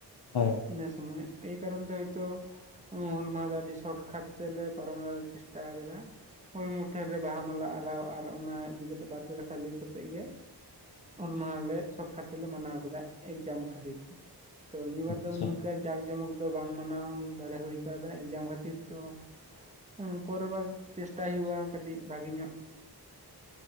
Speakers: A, on the left; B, on the right.
A: ᱦᱳᱭ ᱾
B: ᱤᱱᱟᱹ ᱥᱚᱢᱚᱭ, ᱮᱭ ᱠᱟᱨᱚᱱ ᱛᱮ ᱦᱳᱭᱛᱚ ᱦᱩᱞ ᱢᱟᱦᱟᱸ ᱫᱚ ᱟᱹᱰᱤ ᱥᱚᱴ ᱠᱷᱟᱴ ᱛᱮᱞᱮ ᱯᱟᱨᱚᱢ ᱨᱮᱭᱟᱜ ᱞᱮ ᱪᱮᱥᱴᱟ ᱟᱠᱟᱫᱟ᱾ ᱳᱭ ᱢᱩᱴᱷᱟᱹᱱ ᱨᱮ ᱵᱟᱦᱟ ᱢᱟᱞᱟ ᱟᱨᱟᱣ ᱟᱨ ᱚᱱᱟ ᱤᱫᱤ ᱠᱟᱛᱮ ᱵᱟᱨᱯᱮ ᱠᱟᱛᱷᱟ ᱞᱟᱹᱭ ᱠᱟᱛᱮ ᱾ ᱛᱮᱫ ᱜᱮ, ᱦᱩᱞ ᱢᱟᱦᱟᱸ ᱞᱮ ᱥᱚᱴ ᱠᱷᱟᱴ ᱛᱮᱞᱮ ᱢᱟᱱᱟᱣ ᱠᱮᱫᱟ ᱮᱠᱡᱟᱢ ᱠᱷᱟᱹᱛᱤᱨ ᱛᱮ᱾ ᱛᱚ ᱱᱤᱭᱟᱹ ᱵᱟᱨ
A: ᱟᱪᱪᱷᱟ
B: ᱫᱚ ᱱᱚᱝᱠᱟ ᱡᱟᱸᱠ ᱡᱚᱢᱚᱠ ᱫᱚ ᱵᱟᱝ ᱢᱟᱱᱟᱣ ᱫᱟᱲᱮ ᱦᱩᱭ ᱠᱟᱣᱫᱟ ᱮᱠᱡᱟᱢ ᱠᱷᱟᱹᱛᱤᱨ ᱛᱚ ᱾ ᱦᱩᱸ ᱯᱚᱨᱮᱨ ᱵᱟᱨ ᱪᱮᱥᱴᱟᱭ ᱦᱩᱭᱩᱜᱼᱟ ᱠᱟᱹᱴᱤᱡ ᱵᱟᱜᱤ ᱧᱚᱜᱼᱼ